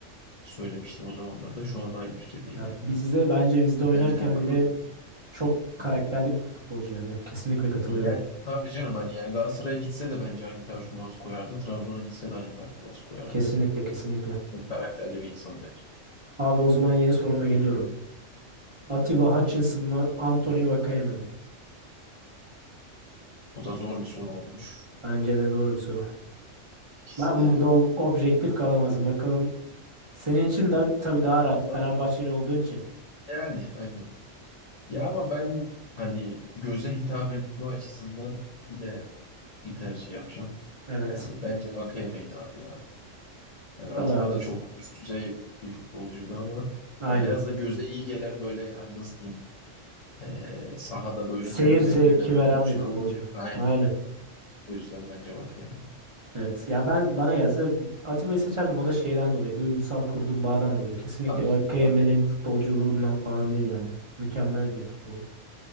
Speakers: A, on the left; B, on the right.
A: söylemiştim o zamanlarda. Şu anda aynı fikirdeyim
B: Ya
A: yani.
B: bizde bence bizde oynarken
A: Severim Gökhan
B: bile
A: Gönül.
B: çok karakterli bir futbolcu yani. Kesinlikle katılıyorum.
A: Yani tabii canım hani yani Galatasaray'a gitse de bence aynı performans koyardı. Trabzon'a gitse de aynı performans koyardı.
B: Kesinlikle kesinlikle.
A: Çok karakterli bir insan bence.
B: Abi o zaman yeni soruma geliyorum. Atiba Hutchinson mı Anthony Vakayeme mi?
A: O da zor bir soru olmuş.
B: Bence de doğru bir soru.
A: İkisi
B: Ben
A: de
B: burada ob- objektif kalamazdım. Bakalım senin için da, tabii daha rahat.
A: Allah-
B: Fenerbahçeli olduğun için.
A: yani aynen. Ya ama ben hani göze hitap etme açısından yine bir tercih yapacağım.
B: Evet.
A: Yani bence Vakayeme'ydi abi ya. Hani Atiba
B: Tabii abi.
A: da çok üst düzey bir futbolcuydu ama
B: Aynen.
A: ya biraz da göze iyi gelen böyle hani nasıl diyeyim eee, sahada böyle
B: Seyir
A: kendi
B: zevki
A: belli eden futbolcular
B: veren bir futbolcu.
A: olur ya. Aynen.
B: Aynen.
A: O yüzden bence Vakayeme.
B: Evet. Ya ben bana gelse Atiba'yı seçerdim. O da şeyden dolayı. Duygusal kurduğum bağdan dolayı. Kesinlikle
A: Tabii
B: Vakayeme'nin
A: tabii
B: futbolculuğundan falan değil yani. Mükemmel bir futbolcu.